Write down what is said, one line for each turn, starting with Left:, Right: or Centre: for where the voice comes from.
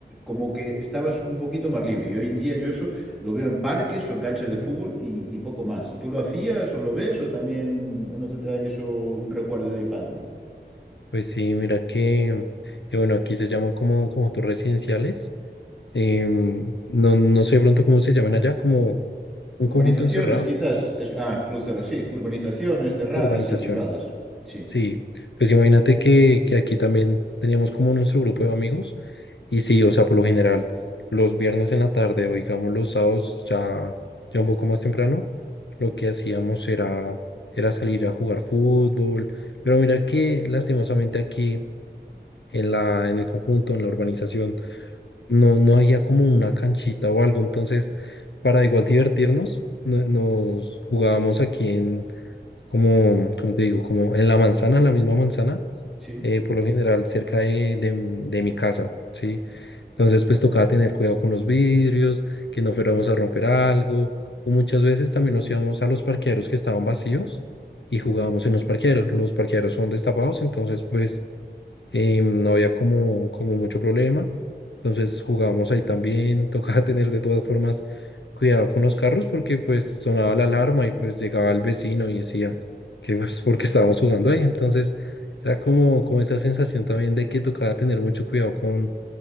Centre: como que estabas un poquito más libre. Y hoy en día yo eso lo veo en parques o en canchas de fútbol y, y poco más. ¿Tú lo hacías o lo ves o también o no te trae eso un recuerdo de la infancia?
Left: Pues sí, mira que, que bueno, aquí se llaman como conjuntos residenciales. Em, no, no sé de pronto cómo se llaman allá, como un
Centre: Urbanizaciones,
Left: conjunto encerrado,
Centre: quizás. es- ah, club cerrado, sí. Urbanizaciones cerradas,
Left: urbanizaciones.
Centre: y privadas. Sí,
Left: Sí, pues imagínate que, que aquí también teníamos como nuestro grupo de amigos y sí, o sea, por lo general, los viernes en la tarde o digamos los sábados ya, ya un poco más temprano, lo que hacíamos era, era salir a jugar fútbol, pero mira que lastimosamente aquí en la, en el conjunto, en la urbanización, no, no había como una canchita o algo, entonces para igual divertirnos, no- nos jugábamos aquí en, como, como te digo, como en la manzana, en la misma manzana,
Centre: sí.
Left: eh, por lo general cerca de, de m- de mi casa, ¿sí? Entonces pues tocaba tener cuidado con los vidrios, que no fuéramos a romper algo, o muchas veces también nos íbamos a los parqueaderos que estaban vacíos y jugábamos en los parqueaderos, los parqueaderos son destapados, entonces pues eh, no había como, como mucho problema. Entonces jugábamos ahí también, <laughs> tocaba tener de todas formas cuidado con los carros porque pues sonaba la alarma y pues llegaba el vecino y decía que pues porque estábamos jugando ahí. Entonces era como, como esa sensación también de que tocaba tener mucho cuidado con,